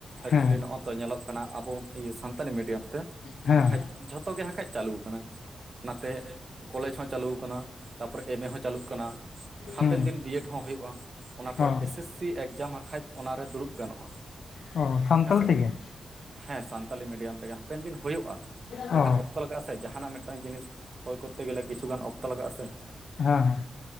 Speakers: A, on the right; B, on the left.
A: ᱮᱠᱪᱩᱭᱮᱞᱤ
B: ᱦᱮᱸ
A: ᱱᱚᱜᱼᱚᱭ ᱛᱚ ᱧᱮᱞᱚᱜ ᱠᱟᱱᱟ ᱟᱵᱚ ᱥᱟᱱᱛᱟᱞᱤ ᱢᱤᱰᱤᱭᱟᱢ ᱛᱮ
B: ᱦᱮᱸ
A: ᱵᱟᱠᱷᱟᱡ ᱡᱷᱚᱛᱚ ᱜᱮ ᱦᱟᱸᱠᱷᱟᱡ᱾ ᱪᱟᱹᱞᱩ ᱠᱟᱱᱟ, ᱚᱱᱟᱛᱮ ᱠᱚᱞᱮᱡᱽ ᱦᱚᱸ ᱪᱟᱹᱞᱩ ᱠᱟᱱᱟ, ᱛᱟᱨᱯᱚᱨᱮ ᱮᱢ ᱮ ᱦᱚᱸ ᱪᱟᱹᱞᱩᱜ ᱠᱟᱱᱟ᱾ ᱦᱟᱯᱮᱱ
B: ᱦᱮᱸ
A: ᱫᱤᱱ ᱵᱤᱭᱮᱰ ᱦᱚᱸ ᱦᱩᱭᱩᱜᱼᱟ, ᱚᱱᱟ
B: ᱚ
A: ᱯᱚᱨᱮ ᱮᱥᱮᱥᱥᱤ ᱮᱠᱡᱟᱢ ᱦᱟᱸᱠᱷᱟᱡ ᱚᱱᱟᱨᱮ ᱫᱩᱲᱩᱵ ᱜᱟᱱᱚᱜ-ᱟ
B: ᱚ ᱥᱟᱱᱛᱟᱞ
A: ᱦᱮᱸᱥᱮ,
B: ᱛᱮᱜᱮ
A: ᱦᱮᱸ ᱥᱟᱱᱛᱟᱞᱤ ᱢᱤᱰᱤᱭᱟᱢ ᱛᱮᱜᱮ ᱦᱟᱯᱮᱱ ᱫᱤᱱ ᱦᱩᱭᱩᱜᱼᱟ
B: ᱚ
A: ᱢᱮᱱᱠᱷᱟᱱ ᱚᱠ ᱚᱠᱛᱚ ᱞᱟᱜᱟᱜ-ᱟ ᱥᱮ ᱡᱟᱸᱦᱟᱱᱟᱜ ᱢᱤᱫᱴᱟᱝ ᱡᱤᱱᱤᱥ ᱠᱚᱭ ᱠᱚᱨᱛᱮ ᱜᱮᱞᱮ ᱠᱤᱪᱷᱩ ᱜᱟᱱ ᱚᱠᱛᱚ ᱞᱟᱜᱟᱜ-ᱟ ᱥᱮ᱾
B: ᱦᱮᱸ ᱦᱮᱸ᱾